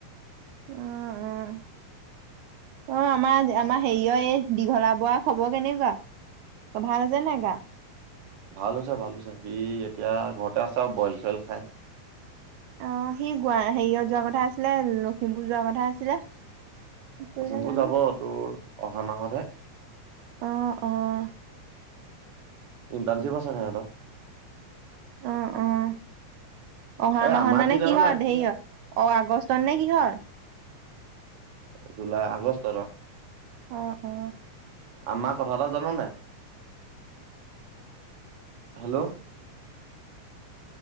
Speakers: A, on the right; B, on the right.
A: অ-অ-অ আমাৰ আমাৰ হেৰিয় দীঘলা বৰা খবৰ কেনেকুৱা ত ভাল আছে নে নাই গা।
B: ভাল হৈছে ভাল হৈছে। সি এতিয়া ঘৰতে আছে, আৰু বইল চইল খাই।
A: আহ সি গোৱা হেৰিয়ত যোৱা কথা আছিলে। লখিমপুৰ যোৱাৰ কথা আছিলে। কি কৰিলে
B: পচিমপুৰ
A: জানো।
B: যাব তোৰ অহা মাহতহে
A: অঁ, অঁ।
B: ইন্তানশিপ আছে নাই হেত?
A: অঁ, অঁ, অহা
B: এই
A: মাহত
B: আমাৰ
A: মানে
B: জান
A: কি হয়
B: নাই
A: ধেৰি হয় অ, আগষ্ট তনে কিহৰ
B: জুুলাই আগষ্টত অঁ
A: অঁ, অঁ।
B: আমাৰ কথা এটা জান নাই হেল্ল'।